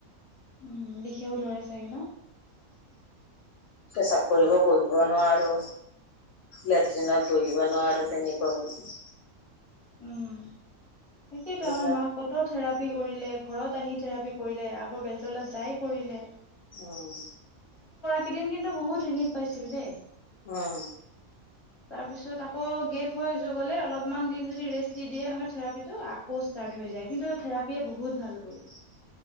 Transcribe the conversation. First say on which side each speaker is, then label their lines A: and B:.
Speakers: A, on the left; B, on the left.
A: উম বিষেও ধৰে চাগে ন।
B: চাপ কৰিব পঢ়িব নোৱাৰো। লেট্ৰিনত বহিব নোৱাৰো তেনেকুৱা হৈ য।
A: উম। তাকেতো আমাৰ
B: যাই
A: মাকত থেৰাপি কৰিলে ঘৰত আহি থেৰাপি কৰিলে। আগৰ বেলতলাত যায় কৰিলে।
B: উম।
A: সেইদিন কিন্তু বহুত ৰিলিফ পাইছিল দেই।
B: হম।
A: তাৰপিছত আকৌ গেপ হৈ য গ'লে অলপমান দিন যদি ৰেষ্ট দি দিয়ে এনেকয় থেৰাপিটো। প'ষ্টাৰ্ট হৈ যায় কিন্তু থেৰাপিয় বহুত ভাল কৰিলে।